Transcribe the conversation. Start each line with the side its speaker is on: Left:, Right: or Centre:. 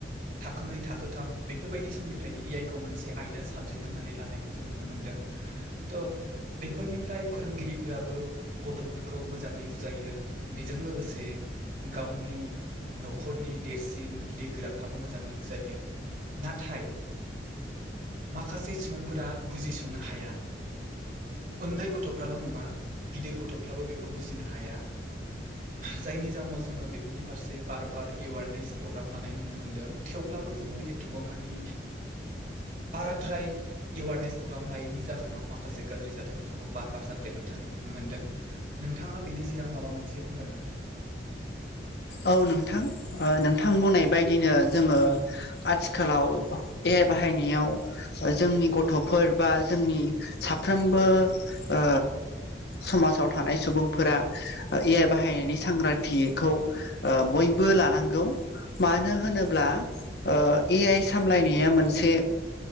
Right: थाखोनै थाखोथाम बेफोरबायदि समनिफ्रायनो इ आइ खौ मोनसे आयदा साबजेक्ट होननानै लानाय जों नुनो मोनदों त बेफोरनिफ्राय फोरोंगिरिफोराबो गथ'फोर खौ मोजांङै बुजायो बेजों लोगोसे गावनि न'खरनि देरसिन गिदिर गोराफ्राबो मोजांङै बुजायो नाथाय माखासे सुबुंफोरा बुजिस'नो हाया उन्दै गथ'फ्राल' नंङा गिदिर गथ'फ्राबो बेखौ बुजिनो हाया जायनि जाउनाव जोंङो बेफोरनि फारसे बार बार एवारनेस प्रग्राम लानाय नुनो मोनदों थेवब्लाबो जोंङो एथबां माने बाराद्राय एवारनेस प्रग्राम लायैनि जाहोनाव माखासे गाज्रि जाथायफोरखौ बार बार जाफ्लेबाय थानो नुनो मोनदों नोंथांङा बेनि सायाव माबा मोनसे बुंगोन नामा
Left: औ नोंथां ओ नोंथां बुंनाय बायदिनो जोंङो आथिखालाव ए आइ बाहायनायाव जोंनि गथ'फोर बा जोंनि साफ्रोमबो ओ समाजाव थानाय सुबुंफोरा ए आइ बाहायनायनि सांग्रांथिखौ बयबो लानांगौ मानो होनोब्ला ओ ए आइ सामलायनाया मोनसे